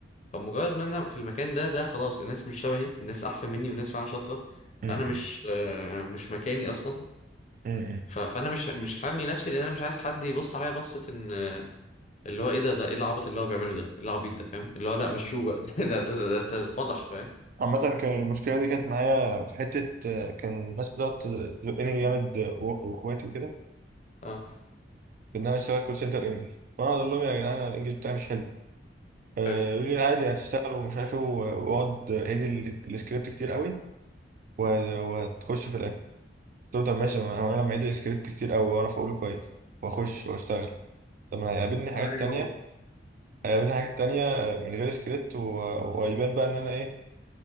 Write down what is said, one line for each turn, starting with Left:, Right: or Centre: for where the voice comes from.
Left: فمجرد ما انا في المكان ده ده خلاص الناس مش شبهي الناس احسن مني والناس فعلا شاطرة
Right: مم.
Left: انا مش آه، مش مكاني اصلا
Right: مم.
Left: ف- فانا مش مش حامي نفسي لان انا مش عايز حد يبص عليا بصة ان آه، اللي هو ايه ده ده ايه العبط اللي هو بيعمله ده ايه العبيط ده فاهم اللي هو لا مشوه بقى <laughs> ده ده ده ده اتفضح فاهم
Right: عامة كان المشكلة دي كانت معايا في حتة آه، كان الناس بتقعد تزقني جامد آه، و- واخواتي كده
Left: اه
Right: في ان انا اشتغل كول سنتر انجلش وانا اقول لهم يا جدعان أنا الانجلش بتاعي مش حلو آه،
Left: حلو
Right: يقول لي عادي هتشتغل ومش عارف ايه و- واقعد اعيد ال- السكريبت كتير قوي و-
Left: مم.
Right: وهتخش في الاخر قلت له طب
Left: حلو
Right: ماشي ما هو انا لما اعيد السكريبت كتير قوي واعرف اقوله كويس واخش واشتغل طب ما هيقابلني حاجات
Left: اعمل ايه
Right: تانية
Left: جوه
Right: هيقابلني حاجات تانية آه، من غير سكريبت و- وهيبان بقى ان انا ايه